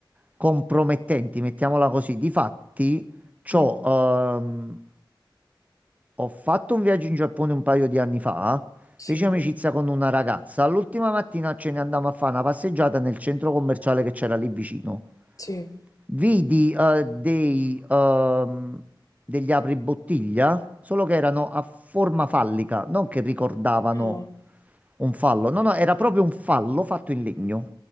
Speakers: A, on the right (about 20°); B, on the left (about 45°).
A: compromettenti, mettiamola così. Difatti, c'ho,
B: Mm,
A: ehm, ho fatto un viaggio in Giappone un paio di anni fa,
B: Sì,
A: feci amicizia con una ragazza. L'ultima mattina ce ne andammo a fare una passeggiata nel centro commerciale che c'era lì vicino.
B: sì.
A: Vidi, eh, dei, ehm, degli apribottiglia, solo che erano a forma fallica, non che ricordavano
B: Mm.
A: un fallo. No, no, era proprio un fallo fatto in legno.